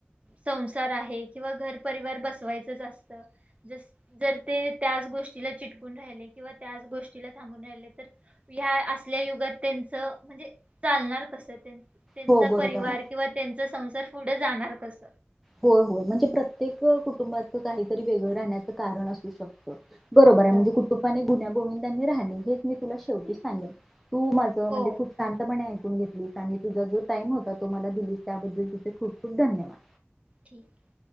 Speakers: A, on the right; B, in the centre.
A: संसार आहे, किंवा घरपरिवार बसवायचंच असत जस जर ते त्यात. गोष्टीला चिटकून राहि किंवा त्याच गोष्टीला. थांबून रा तर ह्या असल्या युगात त्यांच म्हणजे चालणार कस त्यांच. त्यांचा
B: हो बरोबर
A: परिवार
B: आहे.
A: किंवा त्यांचा संसार पुढे जाणार कस?
B: हो हो म्हणजे प्रत्येक कुटुंबाच काहीतरी वेगळं राहण्याचं कारण असू शकत. बरोबर आहे,
A: हो
B: म्हणजे कुटुंबाने गुन्ह्या गोविंदांनी राहणे हेच मी तुला शेवटी सांगेल. तू माझं म्हणजे
A: हो
B: खूप शांतपणे ऐक घेतली आणि तुझा जो टाइम होता, तो मला दिलीस त्याबद्दल तुझ खूप खूप धन्यवाद.
A: ठीक आहे.